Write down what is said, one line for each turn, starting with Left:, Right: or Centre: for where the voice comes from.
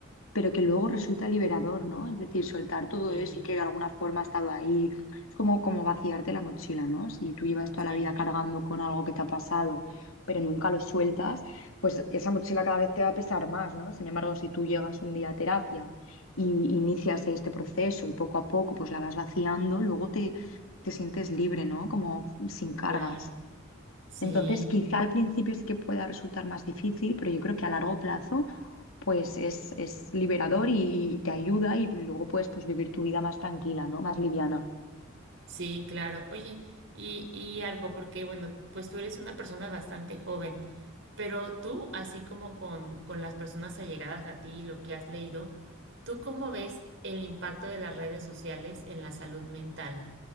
Left: pero que luego resulta liberador, ¿no? Es decir, soltar todo
Right: Sí,
Left: eso que de alguna forma ha estado ahí, es como, como vaciarte la mochila, ¿no? Si tú llevas toda la
Right: sí,
Left: vida cargando con algo que te ha pasado, pero nunca lo sueltas, pues esa mochila cada vez te va a pesar más, ¿no? Sin embargo, si tú llegas un día a terapia y inicias este proceso y poco a poco pues la vas vaciando, luego te, te sientes libre, ¿no? Como sin cargas.
Right: claro. Sí.
Left: Entonces, quizá al principio sí que pueda resultar más difícil, pero yo creo que a largo plazo, pues es, es liberador y, y te ayuda y luego puedes pues, vivir tu vida más tranquila, ¿no? Más liviana.
Right: Sí, claro. Oye, y, y algo, porque bueno, pues tú eres una persona bastante joven, pero tú, así como con, con las personas allegadas a ti, y lo que has leído, ¿tú cómo ves el impacto de las redes sociales en la salud mental?